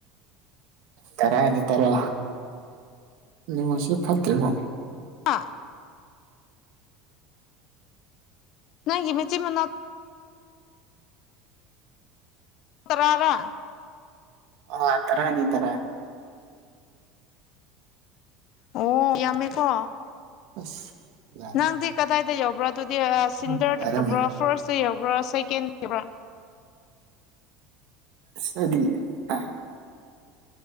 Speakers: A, on the right; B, on the left.
A: ꯇꯔꯥꯅꯤ ꯇꯔ ꯉꯣꯟꯁ ꯐꯠꯇꯦꯕꯣ
B: ꯑ ꯅꯪ ꯃꯆꯦ ꯃꯅ ꯀꯅꯔ
A: ꯑꯣ ꯇꯔꯥꯅꯤ ꯇꯔꯥ
B: ꯑꯣ ꯌꯥꯝꯃꯤꯀꯣ
A: ꯑꯁ ꯌꯥꯗꯦ
B: ꯅꯪꯗꯤ ꯀꯗꯥꯏꯗ ꯌꯧꯕ꯭ꯔꯣ ꯑꯗꯨꯗꯤ ꯁꯤꯟꯗꯔꯗ
A: ꯑꯗꯨꯝ ꯌꯥꯔꯝ
B: ꯌꯧꯕ꯭ꯔꯣ ꯐꯥꯔꯁꯇ ꯌꯧꯕ꯭ꯔꯣ ꯁꯦꯀꯦꯟ <unintelligible>
A: ꯁꯔꯤ ꯑ <unintelligible>